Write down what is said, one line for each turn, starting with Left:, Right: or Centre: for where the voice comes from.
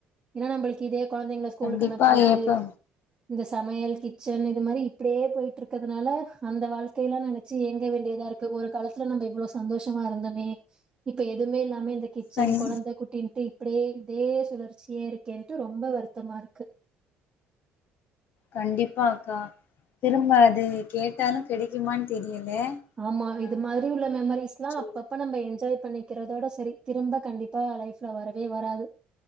Right: ஏன்னா நம்மளுக்கு இதே கொழந்தைங்கள ஸ்கூலுக்கு
Left: கண்டிப்பா
Right: அனுப்புறது
Left: எப்ப
Right: இந்த சமையல் கிச்சன் இது மாரி ப்படியே போயிட்டு இருக்கிறதுனால அந்த வாழ்க்கைல்லா நினச்சு ஏங்க வேண்டியதா இருக் க்கு ஒரு காலத்துல நம்ம இவ்ளோ சந்தோஷமா இருந்தமே இப்ப எதுவுமே இல்லாமே இந்த கிச்சன்
Left: கண்
Right: கொழந்த குட்டின் டி இப்டியே இதே சுழற்சியே இருக்கேன்ட்டு ரொம்ப வருத்தமா இருக்கு
Left: கண்டிப்பா அக்கா திரும்ப அது கேட்டாலு கெடைக்குமானு தெரியல
Right: ஆமா
Left: ஆ
Right: இது மாதிரி உள்ள மெமரிஸ்
Left: எப்டி
Right: எல்லா
Left: சொல்றது
Right: அப்பப்ப நம்ம என்ஜாய் பண்ணிக்கிறதோட சரி திரும்ப கண்டிப்பா லைஃப்ல வரவே வராது